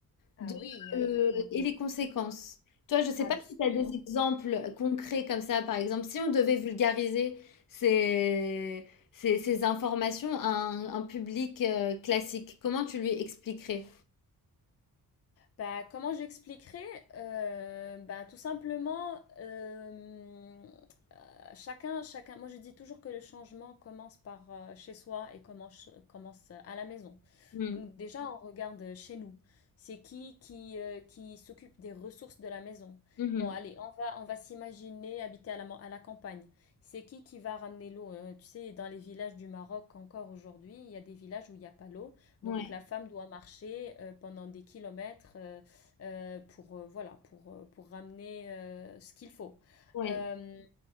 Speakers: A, on the left; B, on the left.
A: Ah
B: de,
A: oui, absolument.
B: euh, et les conséquences. Toi, je ne sais
A: Absolument.
B: pas si tu as des exemples concrets comme ça, par exemple, si on devait vulgariser ces, ces, ces informations à un, un public euh, classique, comment tu lui expliquerais?
A: Bah, comment j'expliquerai? Euh, bah, tout simplement, euh, euh, chacun, chacun, moi je dis toujours que le changement commence par euh, chez soi et commence, commence à la maison.
B: Mm,
A: Donc déjà, on regarde chez nous. C'est qui qui, euh, qui s'occupe des ressources de la maison?
B: mhm,
A: Bon, allez, on va, on va s'imaginer habiter à la, man- à la campagne. C'est qui qui va ramener l'eau? Euh, tu sais, dans les villages du Maroc encore aujourd'hui, il y a des villages où il n'y a pas l'eau. Donc
B: ouais,
A: la femme doit marcher euh, pendant des kilomètres euh, euh, pour, euh, voilà, pour, euh, pour ramener euh, ce qu'il faut.
B: ouais,
A: Euh,